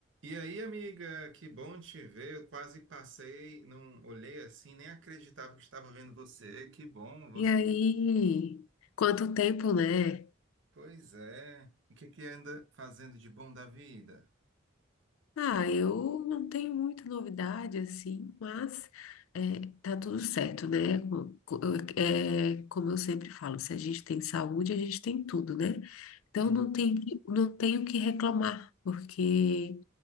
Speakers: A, on the right; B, on the left.
A: E aí, amiga, que bom te ver. Eu quase passei, não olhei assim, nem acreditava que estava vendo você. Que bom você.
B: E aí, quanto tempo, né?
A: Pois é. E o que que anda fazendo de bom da vida?
B: Ah, eu não tenho muita novidade assim, mas é, tá tudo certo, né? Co- co- eu- É, como eu sempre falo, se a gente tem saúde, a gente tem tudo, né? Então
A: Hum,
B: não tem, que- não tenho o que reclamar, porque